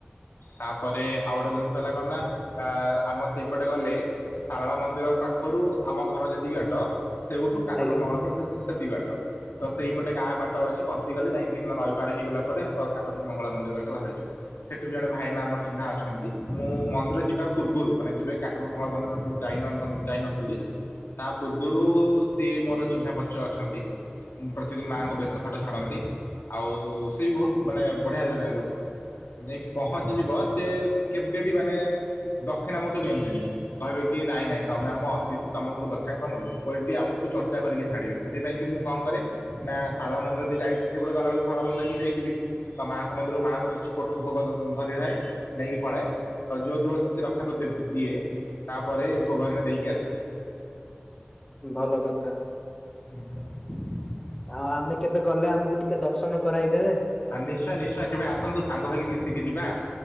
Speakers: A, on the left (about 75°); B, on the left (about 20°).
A: ତାପରେ ଆଉ ଗୋଟେ ଜିନିଷ ହେଲା କଣ ନା ତା ଆମ ସେଇପଟେ ଗଲେ ସାରଳା ମନ୍ଦିର ପାଖରୁ ଆମ ଘର ଯେତିକି ବାଟ। ସେଉଠୁ କାକଟପୁରୁ
B: ଆଜ୍ଞା
A: ମଙ୍ଗଳପୁର ସେତିକି ବାଟ। ତ ସେଇପଟେ ଗାଁ ବାଟ ଅଛି ପଶିଗଲେ। ଯାଇଁକି ନଈ ପାର ହେଇଗଲା ପରେ କାକଟପୁରୁ ମଙ୍ଗଳା ମନ୍ଦିର ପାଖରେ ବାହାରି ଯାଉ। ସେଠି ବି ଜଣେ ଭାଇନା ଆମର ଚିହ୍ନା ଅଛନ୍ତି। ମୁଁ ମନ୍ଦିର ଯିବା ପୂର୍ବରୁ ମାନେ ଯେବେ କାକୁଟପୁର ମଙ୍ଗଳା ମନ୍ଦିର ଯାଇନ ଯାଇ ନଥିଲି ତା ପୂର୍ବରୁ ସିଏ ମୋର ଚିହ୍ନା ପରିଚୟ ଅଛନ୍ତି। ପ୍ରତିଦିନ ମାଙ୍କ ବେଶ ଫଟୋ ଛାଡନ୍ତି ଆଉ ସେ ବି ବହୁତ ମାନେ ବଢିଆ ଜଣେ ଲୋକ। ଯାଇ ପହଞ୍ଚିଯିବ ସେ କେବେ ବି ମାନେ ଦକ୍ଷିଣା ମୋତୁ ନିଅନ୍ତିନି। କହିବେ କି ନାଇଁ ନାଇଁ ତମେ ଆମ ଅତିଥି ତମକରୁ ଦକ୍ଷୀଣା କଣ ନେବୁ ଓଲଟି ଆମକୁ ଚର୍ଚ୍ଚା କରି କି ଛାଡିବେ। ସେଥିପାଇଁ କି ମୁଁ କଣ କରେ ନା ଶାରଳା ମନ୍ଦିର ଦେଇ ଯାଇଥିବି ବାହାରିଲା ବେଳକୁ ଶାରଳ ମନ୍ଦିର ହେଇଯାଇଥିବି ତ ମାଙ୍କ ମନ୍ଦିରରୁ ମାଆଙ୍କର କିଛି କୋ ଭୋଗ ଧରିନିଏ ନେଇକି ପଳାଏ ତ ଯୋଉ ଯୋଉ କିଛି ରଖାତ ଦିଏ। ତା ପରେ ଭୋଗ ହରିକା ଦେଇକି ଆସେ।
B: ଭଲ କଥା।
A: ହୁଁ <unintelligible>
B: ଆଉ ଆମେ କେବେ ଗଲେ ଆମକୁ ଟିକେ ଦର୍ଶନ କରାଇଦେବେ?
A: ଆଉ ନିଶ୍ଚୟ ନିଶ୍ଚୟ କେବେ ଆସନ୍ତୁ ସାଙ୍ଗ ହେଇକି ମିଶିକି ଯିବା।